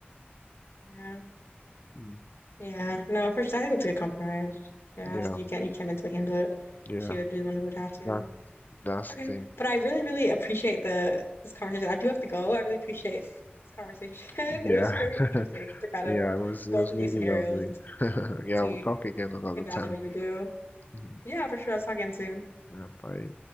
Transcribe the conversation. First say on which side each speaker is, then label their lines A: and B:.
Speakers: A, on the left; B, on the left.
A: yeah
B: Mm.
A: yeah no for sure I think it's a good compromise yeah
B: Yeah,
A: so you can't you can't mentally handle it
B: yeah.
A: she would be the one who would have to
B: That that's
A: Okay.
B: the thing.
A: But I really, really appreciate the this conversation. I do have to go. I really appreciate this conversation. <laughs> It
B: Yeah.
A: was very
B: <laughs>
A: interesting to kind
B: Yeah,
A: of
B: it was it
A: go
B: was
A: through
B: really
A: these scenarios
B: lovely.
A: and
B: <laughs> Yeah,
A: see,
B: we'll talk again another
A: imagine
B: time.
A: what you would do.
B: Mhm.
A: Yeah, for sure. Let's talk again soon.
B: Yeah, bye.